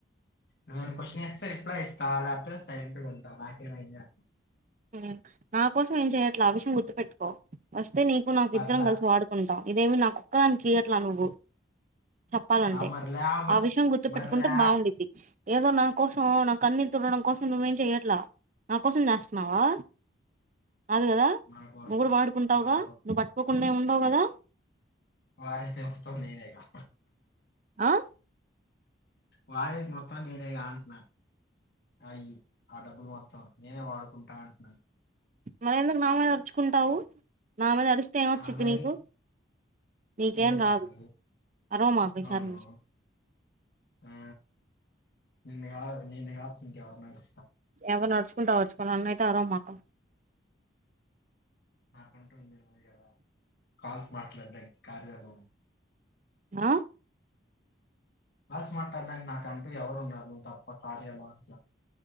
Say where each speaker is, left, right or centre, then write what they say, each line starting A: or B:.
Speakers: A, on the left; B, on the right.
A: నేను కొశెన్ ఏస్తే రిప్లై ఇస్తా లేపోతే సైలెంట్ గా ఉంటా నాకే మయింది.
B: మ్ నా కోసం ఏం చెయ్యట్లే ఆ విషయం గుర్తుపెట్టుకో వస్ తే నీకు నాకు
A: పర్లా
B: ఇద్దరం కలిసి వాడుకుంటాం ఇదేమినాకు ఒక్కదానికి ఇయ్యట్లా నువ్వు చెప్పాలంటే
A: ఆ మరి లేకపోతే
B: ఆ విషయం గుర్తు పెట్టుకుంటే
A: మరి లే
B: బావుండుద్ది. ఏదో నా కోసం నా కన్నీల్ తుడవడం కోసం నువ్వేం చెయ్యట్లా నా కోసం చెేస్ ఉన్నావా? కాదు కదా
A: మన కోసం
B: నువ్వు కూడా వాడుకుంటావుగా
A: మన
B: నువ్వు పట్ట్కోకుండా ఏమి ఉండవు కదా?
A: వాడేసేత్తోడ్ నేనేగా
B: ఆ
A: వాడే మొత్తం నేనే గా అంటున్నా? అయ్ ఆ డబ్బులు మొత్తం నేనే వాడుకుంటా అట్నా?
B: మరి ఎందుకు నా మీద అరుచుకుంటావు నా మీద అరిస్తే ఏమి వచ్చిది
A: ఆ మరి
B: నీకు? నీకేం
A: ఏం
B: రాదు
A: కాదు
B: అరవ మాకు ఈసారి
A: అవును
B: నుంచి
A: ఆ నిన్ను కాదు నిన్ను కాకపోతే ఇంక ఎవరిని అరు
B: ఏవర్ని అర్చుకుంటావో అర్చుకో నన్నయితే అరవమాక
A: కరెంట్ ఉండేయ్యేది కదా కాల్స్ మాట్లాడ్డానికి కార్యము నువ్
B: ఆ
A: కాల్స్ మాట్లాడ్డానికి నాకు అంటూ ఎవరున్నారు నువ్వు తప్ప కార్యాలో అంట్నా